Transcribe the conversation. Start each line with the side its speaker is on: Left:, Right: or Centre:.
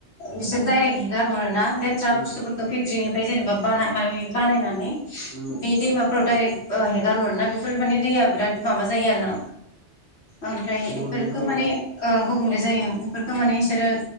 Left: बिसोर डाइरेक हेगारहरो ना लेथ्रा
Right: उम
Left: बुस्थुफोर फेक्ट्रिनिफ्राय जेनेबा बाना माबा-माबि बानायनानै
Right: उम
Left: बे दैमाफ्राव डायरेक ओ हेगार हर ना बेफोर माने दैया बिराद माबा जायो आरो ना ओमफ्राय
Right: गुबुंले
Left: इफोरखौ
Right: जायो
Left: माने ओं गुबुंले जायो इफोरखौ माने
Right: उम
Left: इसोरो